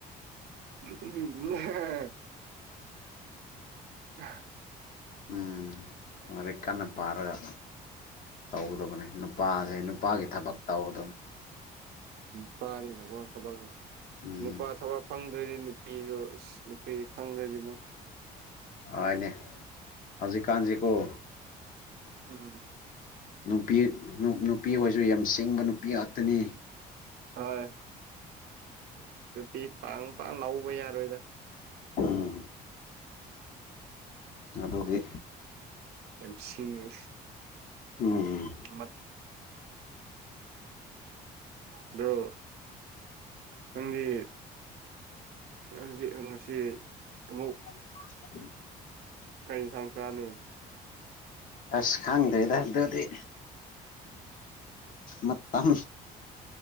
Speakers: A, on the right; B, on the left.
A: ꯎꯝ ꯎ
B: ꯎꯝ ꯂꯥꯏꯔꯤꯛ ꯀꯟꯅ ꯄꯥꯔꯒ ꯇꯧꯒꯗꯕꯅꯤ ꯅꯨꯄꯥꯁꯩ ꯅꯨꯄꯥꯒꯤ ꯊꯕꯛ ꯇꯧ ꯑꯗꯨꯝ
A: ꯅꯨꯄꯥꯅꯤꯗꯀꯣ ꯊꯕꯛ
B: ꯎꯝ
A: ꯅꯨꯨꯄꯥ ꯊꯕꯛ ꯐꯪꯗ꯭ꯔꯗꯤ ꯅꯨꯄꯤꯗꯣ ꯑꯁ ꯅꯨꯄꯤ ꯐꯪꯗ꯭ꯔꯗꯤꯃ
B: ꯑꯏꯅꯦ ꯍꯧꯖꯤꯛ ꯀꯥꯟꯖꯤ ꯀꯧꯕ
A: ꯎꯝ
B: ꯅꯨꯄꯤ ꯅꯨꯄꯤ ꯍꯣꯏꯁꯨ ꯌꯥꯝ ꯁꯤꯡꯕ ꯅꯨꯄꯤ ꯉꯥꯛꯇꯅꯤ
A: ꯍꯣꯏ ꯅꯨꯄꯤ ꯄꯥꯡ ꯄꯥꯡ ꯂꯧꯕ ꯌꯥꯔꯣꯏꯗ
B: ꯎꯝ ꯑꯗꯨꯗꯤ
A: ꯌꯥꯝ ꯁꯤꯡꯉ
B: ꯎꯝꯝ
A: ꯃ ꯑꯗꯨ ꯅꯪꯗꯤ ꯍꯧꯖꯤꯛ ꯉꯁꯤ ꯑꯃꯨꯛ
B: <unintelligible>
A: ꯀꯩ ꯏꯟꯁꯥꯡ ꯆꯥꯅꯤ
B: ꯑꯁ ꯈꯪꯗꯔꯦꯗ ꯑꯗꯨꯗꯤ ꯃꯇꯝ